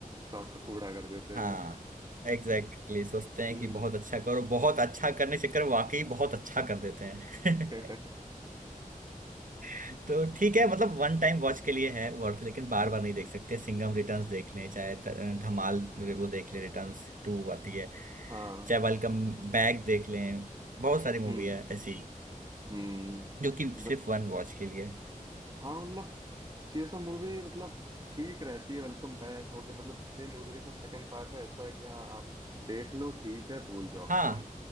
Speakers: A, on the right (about 30°); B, on the right (about 65°).
A: सब कूड़ा कर देते
B: हाँ
A: हैं
B: एग्जैक्टली exactly, सोचते हैं
A: हम्म
B: कि बहुत अच्छा करो बहुत अच्छा करने के चक्कर में वाकई बहुत अच्छा कर देते हैं
A: <laughs>
B: <laughs> तो ठीक है मतलब वन टाइम वॉच के लिए है वर्थ लेकिन बार बार नहीं देख सकते सिंघम रिटर्न्स देख लें चाहे ध- धमाल वो देख लें रिटर्न्स टू आती है
A: हाँ
B: चाहे वेलकम बैक देख लें बहुत सारी मूवी
A: हम्म
B: है ऐसी
A: हम्म
B: जो कि सिर्फ वन वॉच के लिए
A: हाँ मतलब ये सब मूवी मतलब ठीक रहती है वेलकम बैक हो गया मतलब जितनी मूवी के सब सेकंड पार्ट है ऐसा है कि हाँ आप देख लो ठीक है भूल जाओ
B: हाँ
A: खत्म